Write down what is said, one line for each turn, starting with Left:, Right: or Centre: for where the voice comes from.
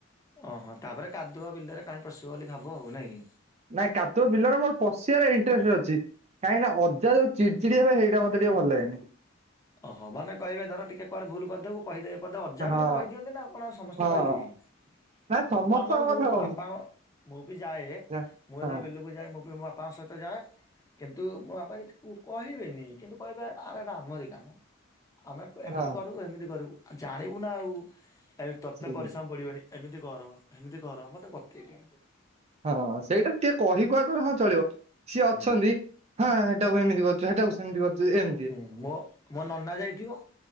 Left: ଅ ହଁ ତାପରେ କାଦୁଅ ବିଲରେ କାଇ ପସିବ ବୋଲି ଭାବ ନା କି।
Right: ନାଇଁ କାଦୁଅ ବିଲରେ ମୋର ପସି ବାର ଇଟ୍ରେଷ୍ଟ୍ ଅଛି କାହିଁକି ନା ଅଜା ଯୋଉ ଚିଡ଼୍ ଚିଡ଼୍ ହେବେ ସେଇଟା ମତେ ଟିକେ ଭଲ ଲାଗେନି।
Left: ଅହୋ ମାନେ କହିବେ ଧର ଟିକେ କୁଆଡେ ଭୁଲ କରିଦବୁ କହିଦେବେ। ମୋତେ ଅଜା
Right: ହଁ
Left: ବୋଲି କହିଦିଅନ୍ତି ନା କଣ ଆଉ ସମସ୍ତେ
Right: ହଁ
Left: କହିବେ କି
Right: ନା ସମସ୍ତଙ୍କ
Left: ଆମର ମୁଁ
Right: କଥା
Left: ମୋ
Right: କହୁନି
Left: ବାପାଙ୍କ ମୁଁ ବି ଯାଏ
Right: ଯା
Left: ମୁଁ ଯେତେବେଳେ
Right: ହଁ
Left: ବିଲକୁ ଯାଏ ମୁଁ ବି ମୋ ବାପାଙ୍କ ସହିତ ଯାଏ। କିନ୍ତୁ ମୋ ବାପା କିଛି କୁ କହିବେନି କିନ୍ତୁ କହିବେ ଆରେ ଏଟା ଆମରି କାମ। ଆମେ ଏମିତି
Right: ହଁ
Left: କରିବୁ ହେମିତି କରିବୁ ଆଉ ଜାଣିବୁ ନା ଆଉ ଏ ତତେ
Right: ସେଇ
Left: ପରିଶ୍ରମ ପଡିବନି ଏମିତି କର ହେମିତି କର ମତେ ବତେଇବେ।
Right: ହଁ ହଁ ସେଇଟା ଟିକେ କହି କୁହା ଦ ହଁ ଚଳିବ ସିଏ ଅଛନ୍ତି।
Left: ହୁଁ
Right: ହଁ ହେଟାକୁ ଏମିତି କରୁଚୁ ହେଟାକୁ ଏମିତି କରୁଚି ଏମ
Left: ହୁଁ ମୋ ମୋ ନନା ଯାଇଥିବ